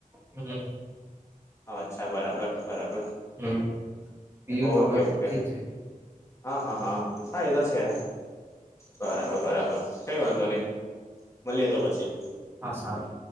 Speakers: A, on the right; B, on the left.
A: હમ્મ.
B: અચ્છા બરાબર બરાબર
A: હમ બીજું
B: ઓકે
A: તો હવે
B: ઓકે.
A: ઠીક છે
B: હા હા હા હા એ તો છે. બરાબર બરાબર કઈ વાંધો નઈ મલીએ તો પછી
A: હા સારું